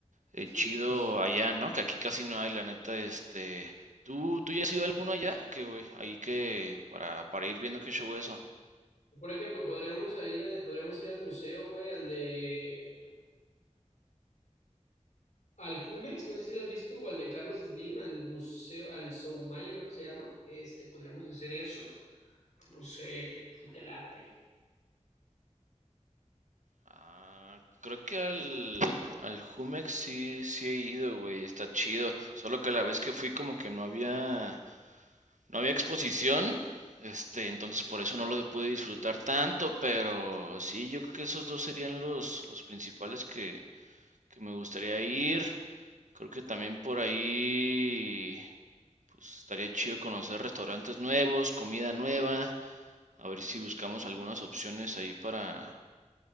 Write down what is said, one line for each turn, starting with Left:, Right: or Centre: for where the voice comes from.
Right: eh,
Left: Sí,
Right: chido
Left: pues,
Right: allá, ¿no? Que aquí casi no hay, la neta, este... ¿Tú, tú ya has ido a alguno allá? Que, güey, ahí que... Para, para ir viendo qué show eso.
Left: por ejemplo, podríamos a ir, a- podríamos ir al museo, güey, al de... Al Jumex, no sé si lo has visto, o al de Carlos Slim, al museo, al Soumaya creo que se llama, este, podríamos hacer eso. No sé si te late.
Right: Ah, creo que al, al Jumex sí, sí he ido, güey, está chido. Solo que la vez que fui como que no había, no había exposición, este, entonces por eso no lo pude disfrutar tanto, pero sí, yo creo que esos dos serían los, los principales que, que me gustaría ir. Creo que también por ahí... Pues estaría chido conocer restaurantes nuevos, comida nueva, a ver si buscamos algunas opciones ahí para...